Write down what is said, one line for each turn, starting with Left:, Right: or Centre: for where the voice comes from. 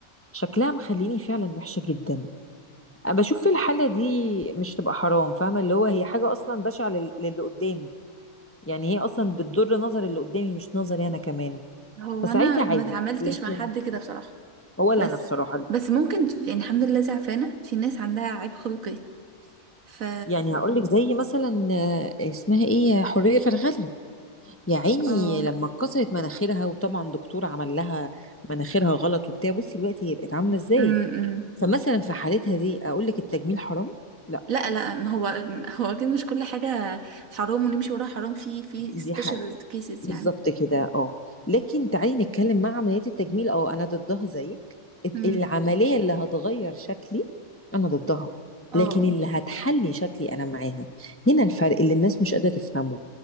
Left: شكلها مخليني فعلا وحشه جدا بشوف في الحالة دي مش تبقى حرام فاهمة اللي هو هي حاجة أصلا بشعة لل- للي قدامي يعني هي أصلا بتضر نظر اللي قدامي مش نظري أنا كمان
Right: هو
Left: فساعتها
Right: انا ما
Left: عادي
Right: اتعاملتش
Left: لكن
Right: مع حد كده بصراحه
Left: هو لا
Right: بس
Left: أنا بصراحة
Right: بس ممكن يعني الحمد لله زعفانه في ناس عندها عيب خلقي ف
Left: يعني هقول لك زي مثلا آه، اسمها ايه حورية فرغلي يا عيني
Right: اه
Left: لما اتكسرت مناخيرها وطبعا دكتور عمل لها مناخيرها غلط وبتاع بصي دلوقتي هي بقت عاملة ازاي
Right: امم
Left: فمثلا في حالتها دي أقول لك التجميل حرام لا
Right: لا لا ما هو هو اكيد مش كل حاجه حرام ونمشي وراها حرام في في
Left: دي
Right: سبيشال
Left: حقيقة
Right: كيسز
Left: بالظبط
Right: يعني
Left: كده اه لكن تعالي نتكلم مع عمليات التجميل اه انا ضدها زيك
Right: امم
Left: العملية اللي هتغير شكلي انا ضدها
Right: اه
Left: لكن اللي هتحلي شكلي انا معاها هنا الفرق اللي الناس مش قادرة تفهمه